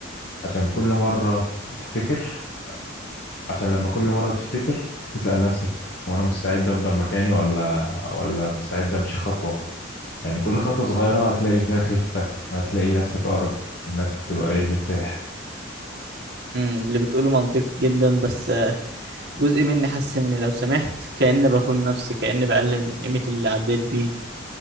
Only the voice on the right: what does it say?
امم اللي بتقوله منطقي جدا بس آه، جزء مني حاسس ان لو سمحت كأني بخون نفسي كأني بقلل من قيمة اللي عديت بيه